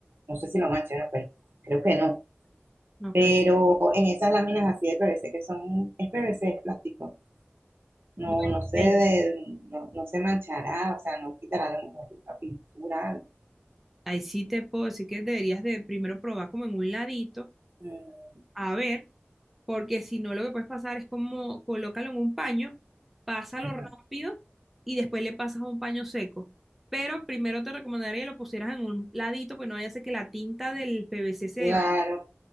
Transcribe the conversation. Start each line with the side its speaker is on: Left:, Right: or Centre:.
Right: No sé si lo manche, pero creo que no.
Centre: no
Right: pero
Centre: creo.
Right: en esas láminas así de PVC que son, es PVC, es plástico, no,
Centre: Bueno,
Right: no se
Centre: ahí
Right: de- no, no se manchará, o sea, no quitará a lo mejor la pintura.
Centre: ahí sí te puedo decir que deberías de primero probar como en un ladito,
Right: mm,
Centre: a ver. porque si no lo que puedes pasar es como colócalo en un paño, pásalo
Right: ajá,
Centre: rápido y después le pasas a un paño seco. Pero primero te recomendaría que lo pusieras en un ladito, pues no vaya a ser que la tinta del PVC se
Right: Claro,
Centre: le vaya.